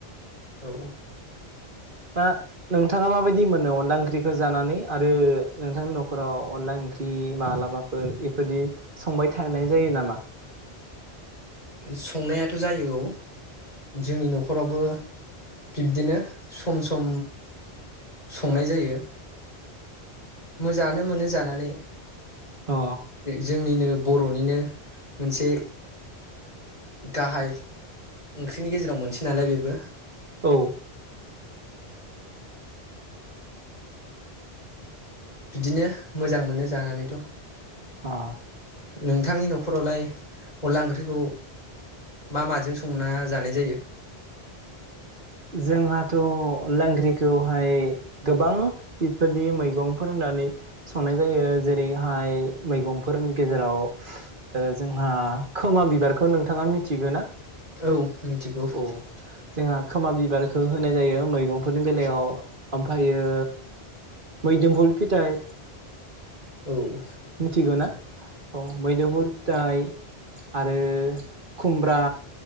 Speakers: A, on the left; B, on the right.
A: औ।
B: दा नोंथाङा माबायदि मोनो अनला ओंख्रिखौ जानानै आरो नोंथांनि नखराव अनला ओंख्रि मालाबाफोर एफोरदि संबाय थानाय जायो नामा?
A: संनायाथ' जायो औ जोंनि न'खरावबो बिब्दिनो सम सम संनाय जायो। मोजाङानो मोनो जानानै।
B: अ
A: जोंनिनो बर'निनो मोनसे गाहाय ओंख्रिनि गेजेराव मोनसेनालाय बेबो।
B: औ।
A: बिदिनो मोजां मोनो जानानैथ'
B: अ
A: नोंथांनि न'खरावलाय अनला ओंख्रिखौ मा माजों संना जानाय जायो?
B: जोंहाथ' अनला ओंख्रिखौहाय गोबां बेफोरबायदि मैगंफोर होननानै संनाय जायो। जेरैहाय मैगंफोरनि गेजेराव जोंहा खोमा बिबारखौ नोंथाङा मिथिगो ना?
A: औ मिथिगौ।
B: औ जोंहा खोमा बिबारखौ होनाय जायो मैगंफोरनि बेलायाव ओमफ्रायो मोदोमफुल फिथाइ
A: औ।
B: मिथिगौ ना औ मोदुफुल फिथाइ आरो खुमब्रा